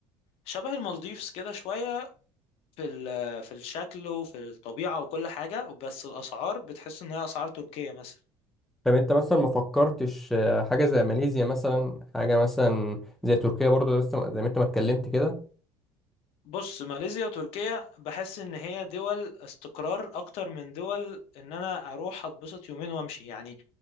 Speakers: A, on the left (about 60°); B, in the centre.
A: شبه المالديفز كده شوية في ال- في الشكل وفي الطبيعة وكل حاجة بس الأسعار بتحس إن هي أسعار تركيا مثلا
B: طب أنت مثلا ما فكرتش آه، حاجة زي ماليزيا مثلا حاجة مثلا زي تركيا برضو لسه زي ما أنت ما اتكلمت كده
A: بص ماليزيا وتركيا بحس إن هي دول استقرار أكتر من دول إن أنا أروح أتبسط يومين وأمشي يعني